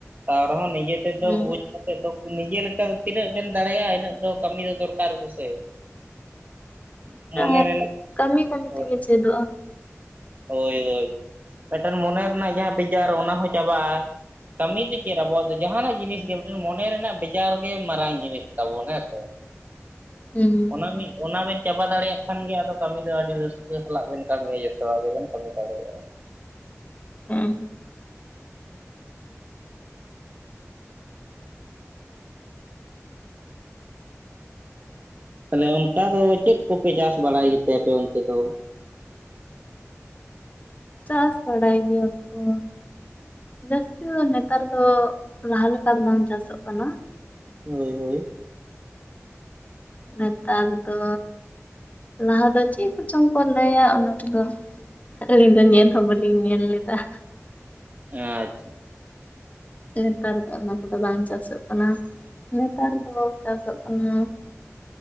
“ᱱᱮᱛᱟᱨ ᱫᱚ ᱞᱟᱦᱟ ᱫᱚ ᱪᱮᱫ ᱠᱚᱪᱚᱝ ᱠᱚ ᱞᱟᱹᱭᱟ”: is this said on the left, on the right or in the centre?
Left